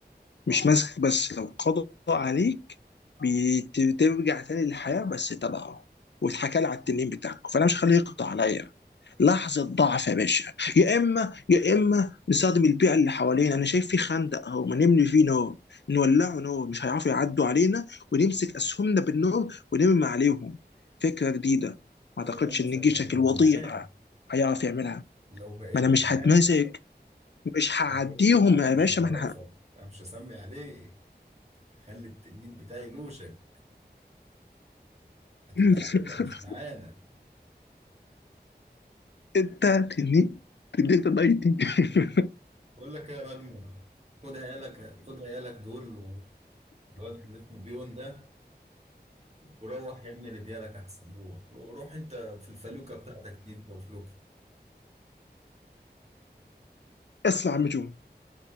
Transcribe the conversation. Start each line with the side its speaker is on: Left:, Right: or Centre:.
Left: مش ماسكك بس لو قضى عليك بت- بترجع تاني للحياه بس تبعه واتحكى لي على التنين بتاعكم فانا مش هخليه يقضى عليا لحظه ضعف يا باشا يا اما يا اما نستخدم البيئه اللي حوالينا انا شايف في خندق اهو ما نملي فيه نار نولعه نار مش هيعرفوا يعدوا علينا ونمسك اسهمنا بالنار ونرمي عليهم فكره جديده ما اعتقدش
Right: لو لمسك
Left: ان جيشك
Right: هتبقى
Left: الوضيع
Right: معاه
Left: هيعرف يعملها
Right: لو بقيت
Left: ما انا مش
Right: معاه
Left: هتمازج مش هعديهم
Right: لو بقيت معاه انا
Left: يا
Right: مش
Left: باشا
Right: هعرفك
Left: ما انا ه-
Right: انا مش هسمي عليك هخلي التنين بتاعي يلوشك هتبقى
Left: <laughs>
Right: علينا مش معانا
Left: انت تني تديك تضايقتي <laughs>
Right: بقول لك ايه يا راجل خد عيالك خد عيالك دول والواد اللي اسمه بيون ده وروح يا ابني لديارك احسن روح رو- روح انت في الفلوكه بتاعتك دي انت وفلوكي
Left: اسمع يا عم جون